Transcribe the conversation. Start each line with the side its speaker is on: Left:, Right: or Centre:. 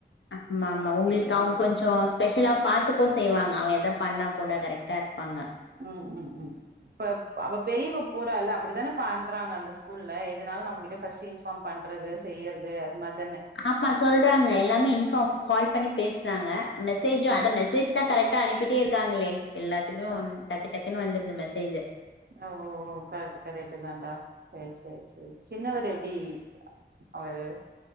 Left: ஆமா ஆமா உங்களுக்கு
Right: இப்டி
Left: அவங்க கொஞ்ச ஸ்பெஷலா பாத்துக்க செய்வாங்க அவன் எதா பண்ணா கூட கரெக்டா இருப்பாங்க
Right: ம் ம் ம் இப்ப அப்ப பெரியவ போரால அப்டித்தானே பண்றாங்க அந்த ஸ்கூல்ல எதுனாலு நம்மகிட்ட ஃபஸ்ட் இன்பார்ம் பண்றது செய்யறது அது மாதி
Left: ஆமா சொல்றாங்க எல்லாமே இன்ஃபார்ம் கால் பண்ணி பேசுறாங்க மெசேஜு
Right: ஆ
Left: அத மெசேஜ்தா கரெக்ட் அனுப்பிட்டே இருக்காங்களே எல்லாத்துக்குமே
Right: ஆ
Left: ஒன் டக்கு டக்குன்னு வந்துருது மெசேஜ்
Right: ஓ கரெக்ட் கரெக்ட் தான்டா செரி செரி சின்னவர் எப்டி அவரு